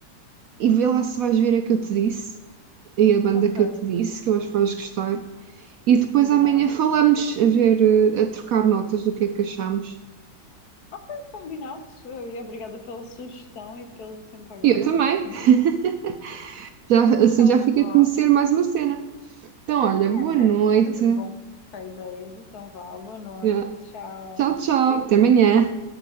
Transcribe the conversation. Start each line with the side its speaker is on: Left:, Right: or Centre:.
Right: e vê lá se vais ver a que eu te disse e a banda
Left: Ok,
Right: que eu te disse, que eu acho que vais gostar. E depois
Left: combinado.
Right: amanhã falamos a ver, eh, a trocar notas do que é que achamos.
Left: Ok, combinado. Eh, E obrigada pela sugestão e pelo tempo agora.
Right: E eu também.
Left: Sim.
Right: <laughs> Já, assim
Left: Então
Right: já fica
Left: vá.
Right: a conhecer mais uma cena. Então, olha,
Left: Sim,
Right: boa
Left: é se-
Right: noite.
Left: sempre bom trocar ideias. Então vá, boa noite.
Right: Yeah.
Left: Tchau.
Right: Tchau, tchau.
Left: Beijinhos.
Right: Até amanhã.